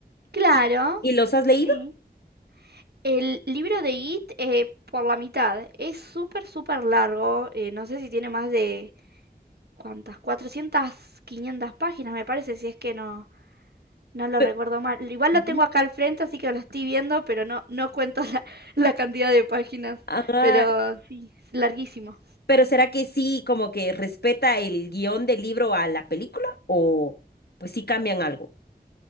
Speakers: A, on the right (about 80°); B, on the left (about 75°).
A: Claro,
B: ¿Y y los has leído?
A: Sí. el libro de It eh, por la mitad es súper, súper largo. eh, no sé si tiene más de... ¿Cuántas? cuatrocientas 500 páginas me parece, si es que no... No lo
B: Pe-
A: recuerdo mal. Igual
B: Ujú.
A: lo tengo acá al frente, así que lo estoy viendo, pero no, no cuento la, <laughs> la cantidad de páginas.
B: Ah,
A: Pero sí, es larguísimo.
B: pero ¿será que sí como que respeta el guión del libro a la película o pues sí cambian algo?